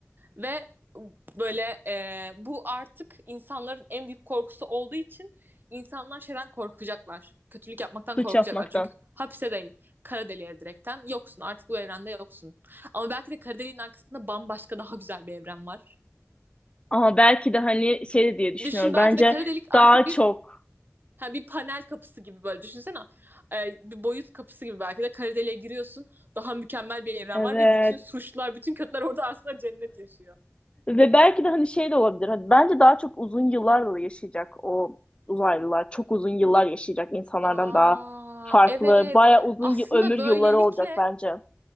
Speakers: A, on the right (about 45°); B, on the left (about 25°).
A: Ve böyle e, bu artık insanların en büyük korkusu olduğu için insanlar şeyden korkacaklar. Kötülük yapmaktan
B: suç
A: korkacaklar.
B: yapmaktan.
A: Çünkü hapse değil kara deliğe direkten yoksun artık bu evrende yoksun. Ama belki de kara deliğin arkasında bambaşka daha güzel bir evren var.
B: Ama belki de hani şey de diye düşünüyorum.
A: Düşün belki
B: Bence
A: de kara delik artık
B: daha
A: bir
B: çok
A: Ha bir panel kapısı gibi böyle düşünsene. Ee, bir boyut kapısı gibi belki de Karadeli'ye giriyorsun. Daha mükemmel bir evren
B: evet
A: var ve bütün suçlar, bütün kötüler orada aslında cennet yaşıyor.
B: ve belki de hani şey de olabilir. Hani bence daha çok uzun yıllarla yaşayacak o uzaylılar. Çok uzun yıllar yaşayacak insanlardan
A: Aa
B: daha farklı.
A: evet.
B: Baya uzun
A: Aslında
B: y- ömür
A: böylelikle
B: yılları olacak bence.